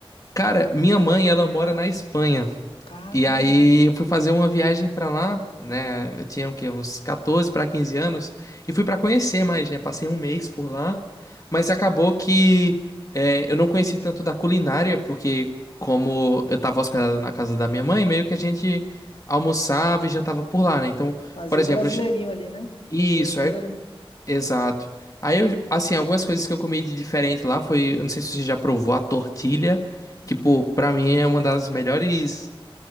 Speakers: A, on the left (about 35°); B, on the left (about 75°).
A: Cara, minha mãe, ela mora na Espanha.
B: Caramba.
A: E aí eu fui fazer uma viagem pra lá, né? Eu tinha o quê? Uns 14 para 15 anos e fui pra conhecer mais, né? Passei um mês por lá, mas acabou que é, eu não conheci tanto da culinária, porque como eu tava hospedado na casa da minha mãe, meio que a gente almoçava e jantava por lá, né? Então,
B: Fazia
A: por exemplo,
B: o brasileirinho ali, né? Comida
A: isso,
B: brasileira?
A: aí Exato. Aí, eu, assim, algumas coisas que eu comi de diferente lá foi, eu não sei se você já provou a tortilha,
B: Não.
A: que, pô, pra mim é uma das melhores